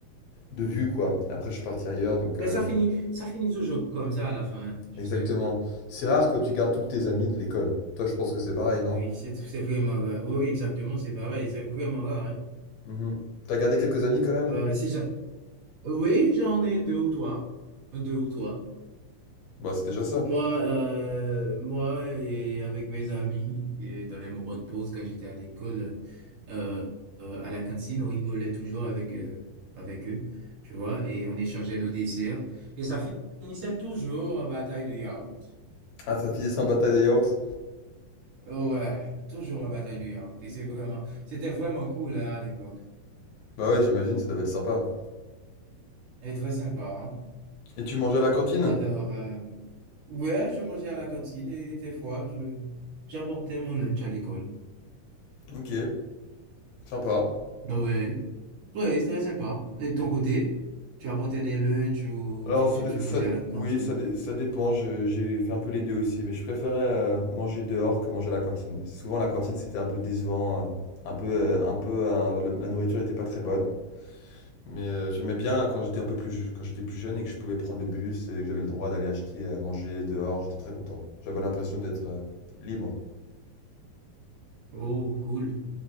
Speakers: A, on the left; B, on the right.
A: de vue, quoi. Après, je suis parti ailleurs, donc
B: Mais
A: euh,
B: ça finit, ça finit toujours comme ça à la fin, tu
A: exactement.
B: sais.
A: C'est rare que tu gardes tous tes amis de l'école. Toi, je pense que c'est pareil, non?
B: Oui, c'est c'est vraiment rare. Oui, oui, exactement, c'est pareil, c'est vraiment rare, hein.
A: Mhm. T'as gardé quelques amis quand même?
B: Euh, si j'a- Oui, j'en ai deux ou trois, deux ou trois.
A: Bah, c'est déjà ça.
B: Moi, euh, moi et avec mes amis, et dans les moments de pause quand j'étais à l'école, euh, euh, à la cantine, on rigolait toujours avec, euh, avec eux, tu vois, et on échangeait nos desserts. Et ça finissait toujours en bataille de yaourt.
A: Ah, t'as filé ça en bataille de yaourt?
B: Ouais, toujours en bataille de yaourt. Et c'est vraiment, c'était vraiment cool, hein, à l'époque.
A: Bah ouais, j'imagine, ça devait être sympa.
B: Et très sympa, hein.
A: Et tu mangeais à la cantine?
B: Alors, euh, ouais, je mangeais à la cantine et des fois, je, j'apportais mon lunch à l'école.
A: Ok. Sympa.
B: Donc, ouais, ouais, c'est très sympa. Et de ton
A: Et-
B: côté, tu apportais des lunchs ou
A: Alors,
B: tu,
A: ça,
B: tu,
A: dé-
B: tu
A: ça
B: mangeais
A: dé-
B: à la cantine?
A: oui, ça, dé- ça dépend. je- j'ai fait un peu les deux aussi, mais je préférais euh, manger dehors que manger à la cantine. Souvent, la cantine, c'était un peu décevant. euh, un peu, euh, un peu, euh, la, la nourriture était pas très bonne. Mais euh, j'aimais bien quand j'étais un peu plus, ju- quand j'étais plus jeune et que je pouvais prendre le bus et que j'avais le droit d'aller acheter à manger dehors. J'étais très content. J'avais l'impression d'être euh, libre.
B: Oh, cool,